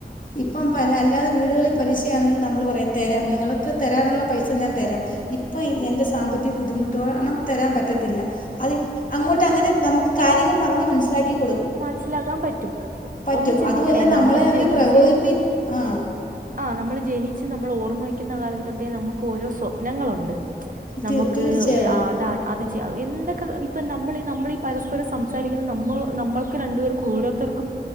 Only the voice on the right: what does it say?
മനസ്സിലാക്കാൻ പറ്റും
ഒന്ന് ചിന്തിക്കണേ
നമ്മൾ
ജനിച്ച്
ആ നമ്മൾ ജനിച്ച് നമ്മൾ ഓർമ്മ വക്കുന്ന കാലം തൊട്ടേ നമുക്ക് ഓരോ സ്വപ്നങ്ങളുണ്ട് നമക്ക്
ഈ അത അത് ചെയ്യാം എന്തൊക്കെ ഇപ്പം നമ്മൾീ നമ്മൾീഈ പരസ്പരം സംസാരിക്കുന്നത് നമ്മൾ നമ്മൾക്ക് രണ്ട്പേർക്കും ഓരോത ർക്കും